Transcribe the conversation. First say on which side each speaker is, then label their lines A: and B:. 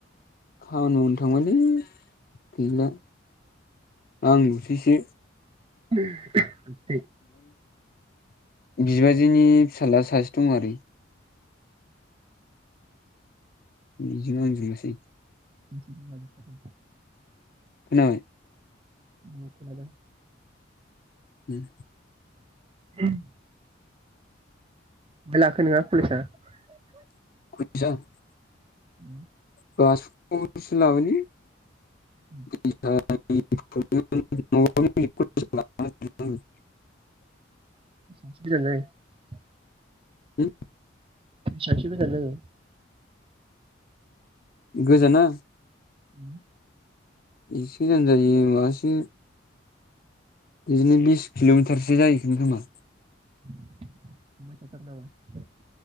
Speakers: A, on the left; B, on the right.
A: खामानि मावनो थांबायलै गैला आं ल'सैसो,
B: <inaudible>
A: <unintelligible> बिबाजैनि फिसाला सासे दं आरो बेजोंनो आरजिनोसै
B: <unintelligible>
A: नै
B: <unintelligible>
A: उम।
B: <inaudible> <unintelligible>
A: <unintelligible>
B: <inaudible>
A: <unintelligible>
B: बेसेबांसो
A: <unintelligible> <unintelligible>
B: <inaudible>
A: हो
B: बेसेबांसो गोजान जायो?
A: गोजाना?
B: उम।
A: एसे गोजान जायो मासो बिदिनो बिस किलमिटारसो जाहैगोन खोमा।
B: थांबाय थाथारो नामा?